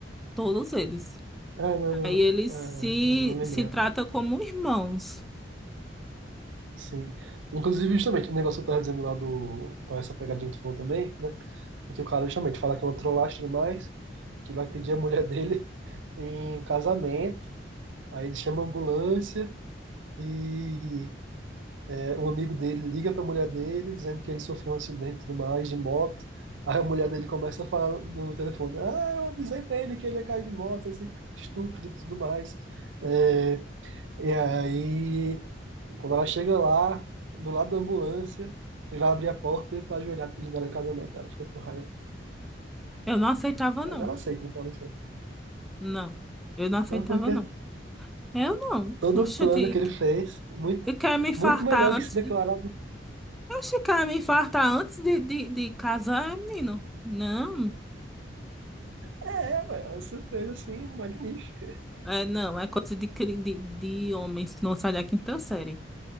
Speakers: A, in the centre; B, on the right.
A: todos eles.
B: Ah, não, não.
A: Aí eles
B: Ah,
A: se,
B: eu lembrei,
A: se
B: eu
A: tratam
B: lembrei.
A: como irmãos.
B: Sim. Inclusive, justamente, o negócio que eu tava dizendo lá do. Que parece a pegadinha que tu falou também, né? Em que o cara justamente fala que é um trollagem e tudo mais, que vai pedir a mulher dele <laughs> em casamento, aí ele chama a ambulância e É, um amigo dele liga para a mulher dele dizendo que ele sofreu um acidente e tudo mais de moto. Aí a mulher dele começa a falar no telefone: Ah, eu avisei para ele que ele ia cair de moto, esse estúpido e tudo mais. É, e aí, quando ela chega lá, do lado da ambulância, e vai abrir a porta e tá ajoelhado pedindo ela em casamento. Ela fica com raiva.
A: Eu não aceitava,
B: Mas
A: não.
B: ela aceita, não fala assim.
A: Não, eu não aceitava,
B: Mas porque
A: não. Eu não.
B: todo
A: Oxente,
B: o plano que ele fez, muito,
A: eu quero me infartar
B: muito melhor
A: antes.
B: que se declarar.
A: De... Oxe, quer me infartar antes de, de, de casar, é, menino? Não,
B: É, ué, é uma surpresa assim, magnífica.
A: é, não, é coisa de, cri- de, de homens que não saem da quinta série.